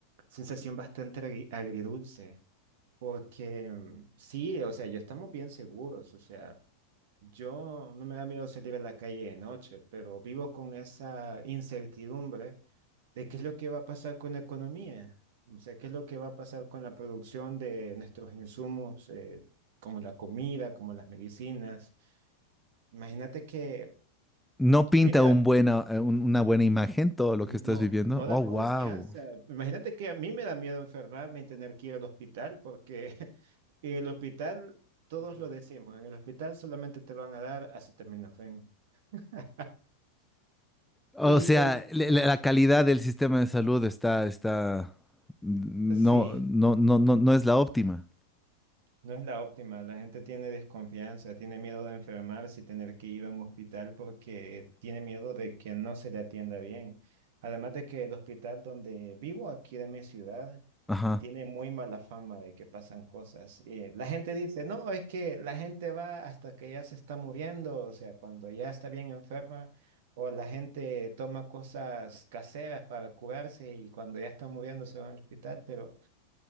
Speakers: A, on the right; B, in the centre.
A: sensación bastante agri- agridulce, porque mm, sí, o sea, yo estamos bien seguros, o sea, yo no me da miedo salir a la calle de noche, pero vivo con esa incertidumbre de qué es lo que va a pasar con la economía, o sea, qué es lo que va a pasar con la producción de nuestros insumos, eh, como la comida, como las medicinas. Imagínate que
B: No pinta
A: a mí me da,
B: un buena, eh, un- una buena imagen todo lo
A: no,
B: que estás viviendo.
A: no
B: Oh,
A: da confianza.
B: wow.
A: Imagínate que a mí me da miedo enfermarme y tener que ir al hospital, porque <laughs> el hospital, todos lo decimos, en el hospital solamente te van a dar acetaminofén. <laughs>
B: O
A: Y
B: sea,
A: tal,
B: le- le- la calidad del sistema de salud está, está, no,
A: sí.
B: no, no, no, no es la óptima.
A: No es la óptima, la gente tiene desconfianza, tiene miedo de enfermarse y tener que ir a un hospital porque tiene miedo de que no se le atienda bien. Además de que el hospital donde vivo, aquí de mi ciudad,
B: Ajá.
A: tiene muy mala fama de que pasan cosas. Eh, la gente dice, no, es que la gente va hasta que ya se está muriendo, o sea, cuando ya está bien enferma, o la gente toma cosas caseras para curarse y cuando ya está muriendo se va al hospital, pero...